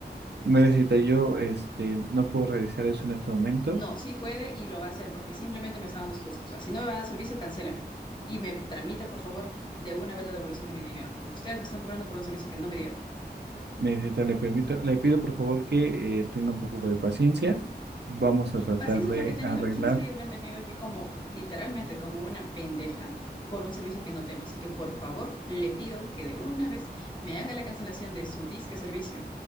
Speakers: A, on the right; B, on the left.
A: Mire, señorita, yo este, no puedo realizar eso en este momento.
B: No, sí puede y lo va a hacer porque simplemente me está dando excusas. O sea, si no me va a dar servicio, cancélemelo. Y me tramita, por favor, de una vez la devolución de mi dinero, porque ustedes me están cobrando por un servicio que no me dieron.
A: Mire, señorita, le permito, le pido por favor que eh, tenga un poco de paciencia. Vamos a tratar
B: Paciencia
A: de
B: es lo que he tenido.
A: arreglar.
B: 15 días me han tenido aquí como, literalmente, como una pendeja por un servicio que no tengo. Así que, por favor, le pido que de una vez me haga la cancelación de su disque servicio.